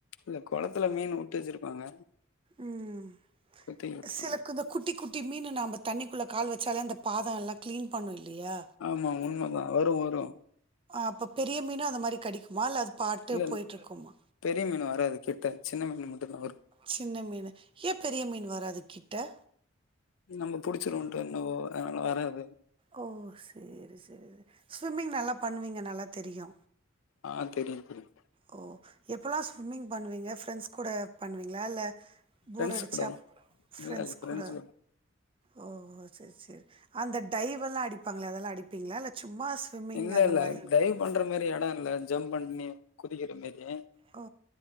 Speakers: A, on the left; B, on the right.
A: இல்ல கொளத்துல மீன் உட்டு வச்சிருப்பாங்க
B: ம்
A: குத்தி விட்டுருவாங்க
B: சிலத் து கொஞ்ச குட்டி குட்டி மீனு நாம தண்ணிக்குள்ள கால் வச்சாலே அந்த பாதொ எல்லா க்ளீன் பண்ணு இல்லியா
A: ஆமா உண்மைதா வரு வரு
B: அப்ப பெரிய மீனும் அந்த மாரி கடிக்குமா இல்ல அது பாட்டு
A: இல்ல இல்ல,
B: போயிட்ருக்குமா
A: பெரிய மீனு வராது கிட்ட சின்ன மீனு மட்டுந்தா வரு
B: சின்ன மீனு ஏ பெரிய மீன் வராது கிட்ட
A: நம்ம புடிச்சிருவோன்ட்டு என்னவோ அனால வராது
B: ஓ சேரி சேரி ஸ்விம்மிங் நல்லா பண்ணுவீங்க நல்லா தெரியு
A: ஆ தெரியு தெரியு
B: ஓ எப்பல்லா ஸ்விம்மிங் பண்ணுவீங்க ஃப்ரெண்ட்ஸ் கூட பண்ணுவீங்ளா இல்ல
A: ஃப்ரெண்ட்ஸ்
B: போரடிச்சாப்
A: கூட
B: ஃரெண்ட்ஸ்
A: இல்ல இல்ல ஃப்ரெண்ட்ஸ்
B: கூட ஓ சேரி சேரி அந்த டைவ்வெல்லா அடிப்பாங்களே அதெல்லா அடிப்பீங்ளா இல்ல சும்மா ஸ்விம்மிங்
A: இல்ல
B: அந்த மாரி இல்ல
A: டைவ்
B: இல்ல
A: பண்ற மாரி எட இல்ல ஜம்ப் பண்ணி குதிக்கிற மாரி
B: ஓ